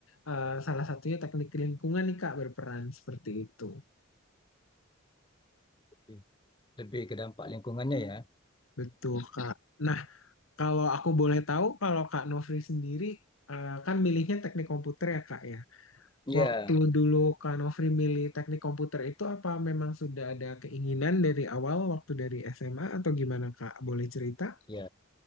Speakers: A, on the left; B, on the left.
A: eh, salah satunya teknik lingkungan nih Kak berperan seperti itu.
B: Hmm. lebih ke dampak lingkungannya ya
A: Betul Kak. Nah kalau aku boleh tahu kalau Kak Nofri sendiri eh, kan milihnya teknik komputer ya Kak ya.
B: Iya.
A: Waktu dulu Kak Nofri milih teknik komputer itu apa memang sudah ada keinginan dari awal waktu dari SMA atau gimana Kak? Boleh cerita?
B: ya